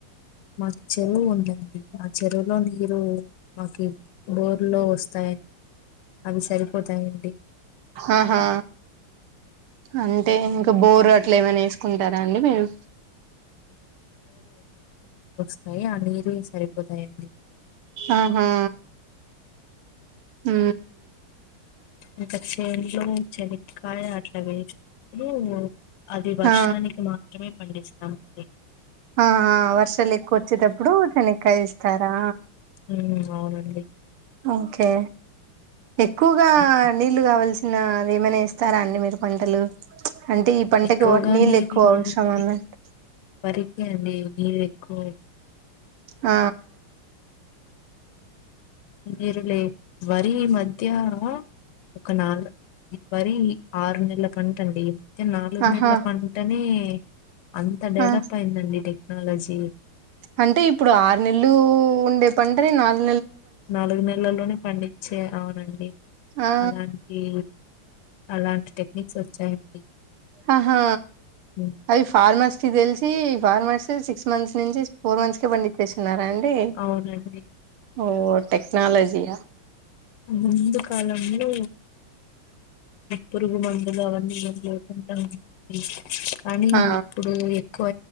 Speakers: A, on the left; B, on the right.
A: మాకు చెరువు ఉందండి ఆ చెరువులో నీరు మాకు బోర్లో వస్తాయి అవి సరిపోతాయంండి
B: ఆహా అంటే ఇంకా బోరు అట్లా ఏమైనా వేసుకుంటారా అండి మీరు
A: స్తాయి ఆ నీరు సరిపోతాయండి
B: ఆహా హ
A: ఇంక చేన్లో చెనిక్కాయ అట్ల ినప్పుడు అది వర్షానికి
B: ఆ
A: మాత్రమే పండిస్తామండి
B: ఆా వర్ష ఎకు వచ్చినప్పుడు తన కైస్తస్తారా
A: ఉమ్, అవునండి
B: ఓకే ఎక్కువగా
A: ఉమ్.
B: నీళ్లు కావాల్సి నా అదేమైనా ఇస్తారా అండి మీరు పంటలు అంటే ఈ పంటకి
A: ఎక్కువగా
B: నీళ్ళు
A: నీళ్లో
B: ఎక్కువ అవసరం
A: ఉంటే
B: అన్నట్టు
A: వరికే అండి ఏకు
B: ఆ
A: మీరు లే వరి మధ్య ఒకనాాలుగు మరి ఆరు నెలల పంట అండి మ నాలుగు
B: ఆహా
A: నెలల పంటనే అంత డెవలప్
B: ఆ
A: అయిందండి టెక్నాలజీ
B: అంటే ఇప్పుడు ఆరు నెలలు ఉండే పండ్ర నాాలు
A: నాలుగు నెలల్లోనే పండించే అవునండి
B: ఆ
A: అలాంటి అలాంటి టెక్నిక్స్ వచ్చాయండి
B: ఆహా
A: హ్మ్.
B: అవి ఫార్మర్స్ కి తెలిసి ఫార్మర్స్ సిక్స్ మంత్స్ నుంచి ఫోర్ మంత్స్ కి పండిత్ేస్తున్నారా అండి
A: అవునండి
B: ఓ టెక్నాలజీ
A: ముందు కాలంలో పురుగు మందులు అవన్నీ మందు కానీ
B: ఆ
A: ఇప్పుడు ఎక్కువ